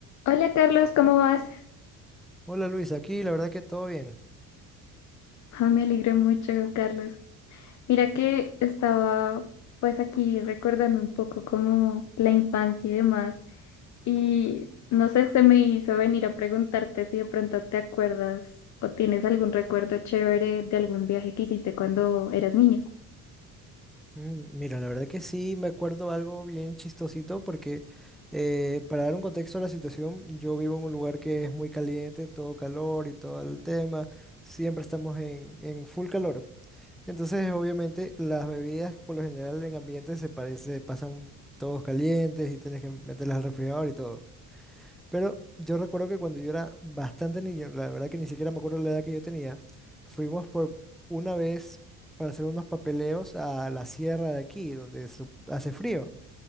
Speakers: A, on the left (about 45°); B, in the centre.
A: Hola Carlos, ¿cómo vas?
B: Hola Luis, aquí la verdad que todo bien.
A: Ah, me alegro mucho, Carlos. Mira que estaba pues aquí recordando un poco como la infancia y demás. Y no sé, se me hizo venir a preguntarte si de pronto te acuerdas o tienes algún recuerdo chévere de algún viaje que hiciste cuando eras niño.
B: Mm, Mira, la verdad que sí me acuerdo algo bien chistosito porque eh, para dar un contexto a la situación, yo vivo en un lugar que es muy caliente, todo calor y todo el tema, siempre estamos en, en full calor. Entonces, obviamente, las bebidas por lo general en ambientes se parece, pasan todos calientes y tienes que meterlas al refrigerador y todo. Pero yo recuerdo que cuando yo era bastante niño, la verdad que ni siquiera me acuerdo la edad que yo tenía, fuimos por una vez para hacer unos papeleos a la sierra de aquí, donde su- hace frío.